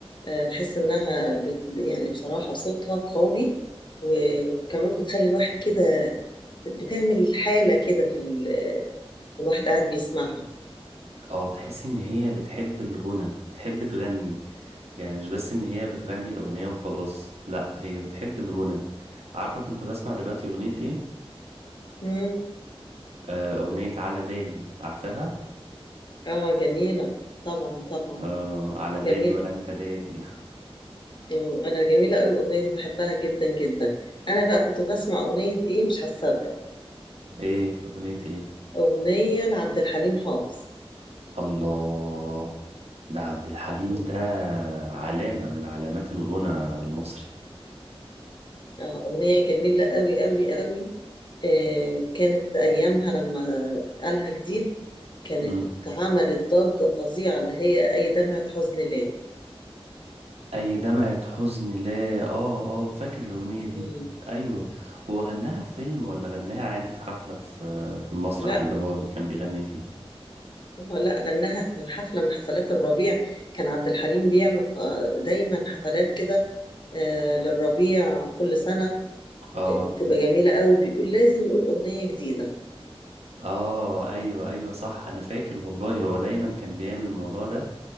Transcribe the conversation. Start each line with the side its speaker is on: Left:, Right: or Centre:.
Left: آه، بحس إنها بت... يعني بصراحة صوتها قوي و- وكمان بتخلي الواحد كده بتعمل حالة كده في ال... الواحد قاعد بيسمعها
Right: اه تحسي ان هي بتحب الغنى بتحب تغني يعني مش بس ان هي بتغني الاغنية وخلاص لا هي بتحب الغنى عارفة كنت بسمع دلوقتي اغنية ايه
Left: مم.
Right: آه اغنية على بالي عارفاها
Left: اه جميلة طبعا طبعا
Right: آه على بالي
Left: جميل
Right: ولا انت داري
Left: مم، أنا جميلة أوي الأغنية دي بحبها جدا جدا أنا بقى كنت بسمع أغنية إيه مش هتصدق
Right: <laughs> ايه اغنية ايه
Left: أغنية لعبد الحليم حافظ
Right: الله ده عبد الحليم
Left: مم.
Right: ده علامة من علامات الغنى المصري
Left: اه أغنية جميلة أوي أوي أوي آه، كانت أيامها لما قالها جديد كانت
Right: مم.
Left: عملت ضجة فظيعة اللي هي أي دمعة حزن ليه
Right: أي دمعة حزن لا آه آه فاكر الأغنية
Left: مم.
Right: دي أيوة هو غناها في فيلم ولا غناها عادي في حفلة في في المسرح
Left: لا
Right: اللي هو بي- كان بيغني فيه
Left: لا غناها في حفلة من حفلات الربيع كان عبد الحليم بيعمل آه، دايما حفلات كده آه، للربيع كل سنة
Right: آه
Left: آه، بتبقى جميلة قوي بيقول لازم يقول أغنية جديدة
Right: آه أيوة أيوة صح أنا فاكر والله هو دايما كان بيعمل الموضوع ده